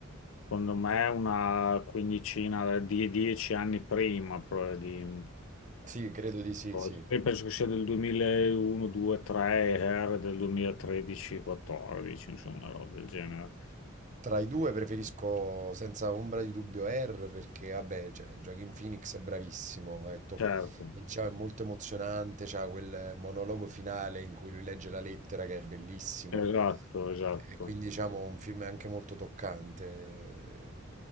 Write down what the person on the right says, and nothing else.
Sì, credo di sì,
sì.
Tra i due preferisco senza ombra di dubbio R perché vabbè, cioè, Joaquin Phoenix è bravissimo, è, to-
è, diciamo, è molto emozionante, c'ha quel monologo finale in cui lui legge la lettera che è bellissimo
e quindi diciamo un film anche molto toccante,